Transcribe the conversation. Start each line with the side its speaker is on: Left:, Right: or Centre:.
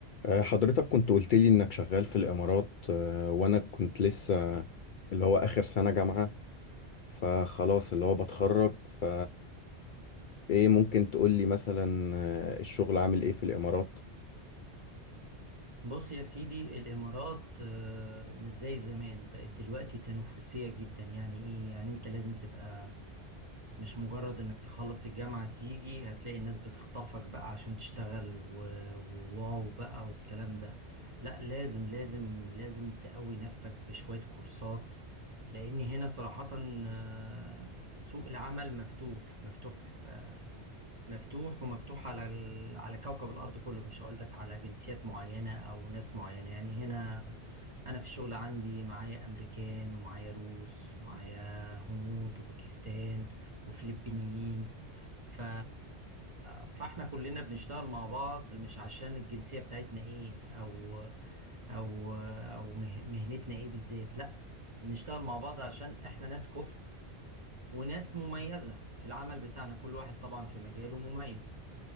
Left: آه، حضرتك كنت قلت لي انك شغال في الامارات آه، وانا كنت لسه اللي هو اخر سنة جامعة فخلاص اللي هو بتخرج ف ايه ممكن تقول لي مثلا آه، الشغل عامل ايه في الامارات
Right: بص يا سيدي الإمارات آه، مش زي زمان بقت دلوقتي تنافسية جدا يعني إيه يعني أنت لازم تبقى مش مجرد إنك تخلص الجامعة تيجي هتلاقي الناس بتخطفك بقى عشان تشتغل و- وواو بقى والكلام ده لا لازم لازم لازم تقوي نفسك بشوية كورسات لأن هنا صراحة آه، سوق العمل مفتوح مفتوح آه، مفتوح ومفتوح على ال... على كوكب الأرض كله مش هقول لك على جنسيات معينة أو ناس معينة يعني هنا أنا في الشغل عندي معايا أمريكان ومعايا روس ومعايا هنود وباكستان وفلبينيين ف... فاحنا كلنا بنشتغل مع بعض مش عشان الجنسية بتاعتنا ايه أو أو أو مه... مهنتنا ايه بالذات لأ بنشتغل مع بعض عشان احنا ناس كفء وناس مميزة في العمل بتاعنا كل واحد طبعا في مجاله مميز